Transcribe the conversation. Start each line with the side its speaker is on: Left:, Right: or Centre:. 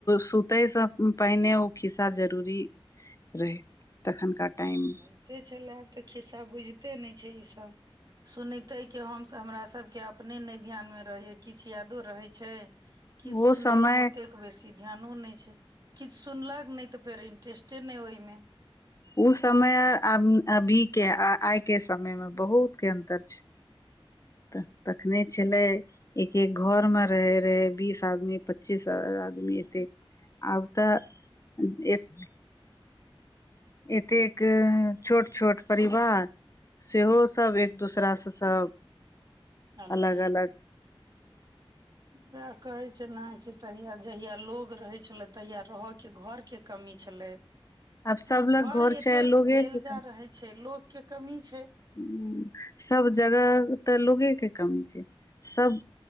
Left: सुतेसँ पहिने ओ खिस्सा जरूरी रहै। तखनका टाइम
Right: होइते छलै आब तऽ खिस्सा बुझिते नहि छै ई सब सुनै तैके हम हमरा सभके अपने नहि ध्यानमे रहैये किछु यादो रहै छै किछु सुनेलहुँ
Left: ओ समय
Right: ओतेक बेसी ध्यानो नहि छै, किछु सुनलैत नहि तऽ फेर इंटरेस्टे नहि ओहिमे
Left: ओ समय अभी के आइ के समय मे बहुत के अन्तर छै। तऽ तखने छलै। एक एक घर में रहै रहे बीस आदमी, पच्चीस आदमी, एते। आब तऽ एक एतेक छोट छोट परिवार, सेहो सब एक दूसरा से सब।
Right: अलगे,
Left: अलग अलग
Right: वैह कहै छले जे। तहिया जहिया लोग रहे छले तहिया रहय के घर के कमी छलै
Left: सब
Right: आब
Left: लग
Right: घर एतेक
Left: छै लोगे
Right: भेल
Left: के
Right: जा रहै छै लोक के कमी छै।
Left: हुं सब जगह तऽ लोगे के कमी छै। सब